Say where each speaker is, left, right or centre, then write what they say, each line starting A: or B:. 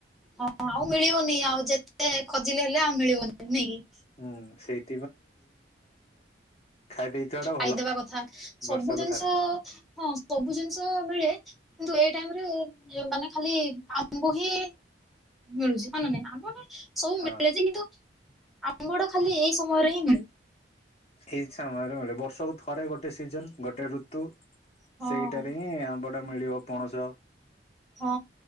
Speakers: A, in the centre; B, on the left.
A: ହଁ ଆଉ ମିଳିବନି ଆଉ ଯେତେ ଖୋଜିଲେ ହେଲେ ଆଉ ମିଳିବନି ନୁହେଁ କି?
B: ହୁଁ ସେଇ ଖାଇ ଦେଇଥିବା
A: ଖାଇଦବା
B: ଟା ଭଲ
A: କଥା ସବୁ
B: ବର୍ଷକୁ
A: ଜିନିଷ
B: ଥରେ।
A: ହଁ ସବୁ ଜିନିଷ ମିଳେ କିନ୍ତୁ ଏ ଏ ଟାଇମ୍ ରେ ଯୋଉ ମାନେ ଖାଲି ଆମ୍ବ ହିଁ ମିଳୁଚି ହଁ ନା ନାଇଁ ଆମ ସବୁ
B: ହଁ
A: ମିଳେଯେ କିନ୍ତୁ ଆମ୍ବଟା ଖାଲି ଏଇ ସମୟରେ ହିଁ ମିଳେ।
B: ଏଇ ସମୟରେ ମିଳେ ବର୍ଷକୁ ଥରେ ଗୋଟେ ସିଜନ୍ ଗୋଟେ ରୁ ତୁ
A: ହଁ
B: ସେଇଟାରେ ହିଁ ଆମ୍ବ ଟା ମିଳିବ ପଣସ
A: ହଁ